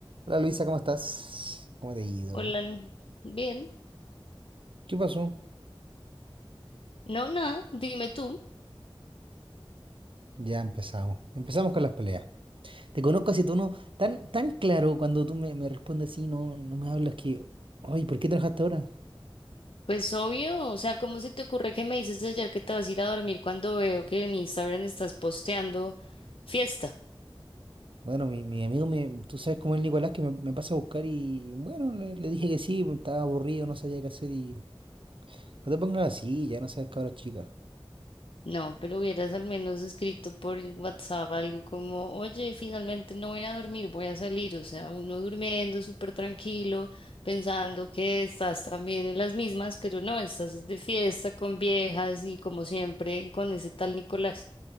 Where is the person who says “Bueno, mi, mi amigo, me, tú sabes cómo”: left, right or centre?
Right